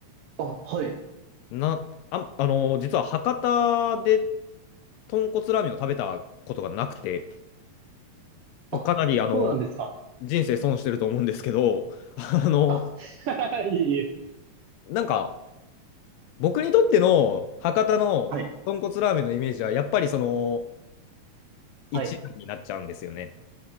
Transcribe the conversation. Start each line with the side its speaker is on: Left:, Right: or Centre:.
Right: あ、はい。
Left: な、あ、あのー実は博多で豚骨ラーメンを食べたことがなくて、まあかなり、
Right: あ、
Left: あの
Right: そうなんですか。
Left: 人生損してると思うんですけど、<laughs> あの
Right: あ、<laughs> いえいえ。
Left: なんか、僕にとっての博多の豚骨ラーメンのイメージは、
Right: はい。
Left: やっぱりその、一蘭になっちゃうんですよね。
Right: はい。